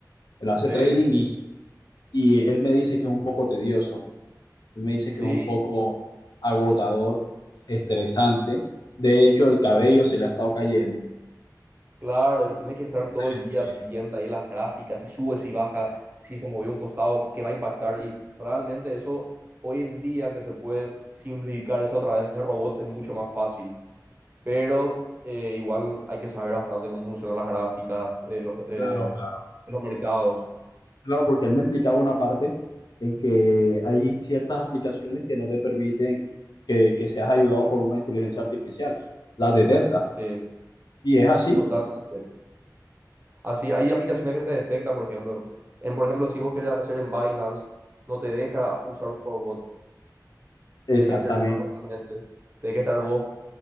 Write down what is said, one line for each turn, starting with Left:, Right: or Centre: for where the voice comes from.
Left: Él hace
Right: Sí,
Left: trading y, y él me dice que es un poco tedioso. Él me dice
Right: sí,
Left: que es un poco agotador, estresante. De hecho, el cabello se le ha estado cayendo.
Right: claro. Y tenés que estar todo
Left: El
Right: el
Left: estrés.
Right: día pendiente ahí de las gráficas, si sube, si baja, si se movió un costado, qué va a impactar. Y realmente eso, hoy en día que se puede simplificar eso a través de robots es mucho más fácil. Pero eh, igual hay que saber bastante cómo funcionan las gráficas de los, eh,
Left: Claro, claro.
Right: de los mercados.
Left: Claro, porque él me explicaba una parte en que hay ciertas aplicaciones que no te permiten que, que seas ayudado por una inteligencia artificial. Las detecta.
Right: Sí.
Left: Y es así.
Right: Totalmente. Así, hay aplicaciones que te detecta, por ejemplo, en por ejemplo, si vos querés hacer en Binance, no te deja usar un robot,
Left: Exactamente.
Right: tiene que ser manualmente, tiene que estar vos